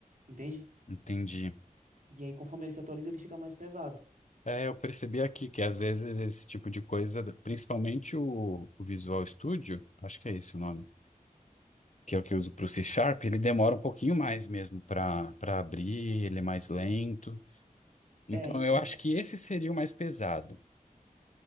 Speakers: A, on the right (about 65°); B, on the left (about 55°).
A: entende?
B: Entendi.
A: E aí, conforme ele se atualiza, ele fica mais pesado.
B: É, eu percebi aqui que às vezes esse tipo de coisa, principalmente o, o Visual Studio, acho que é esse o nome, que é o que eu uso para o C Sharp, ele demora um pouquinho mais mesmo para para abrir, ele é mais lento. Então
A: É, então.
B: eu acho que esse seria o mais pesado.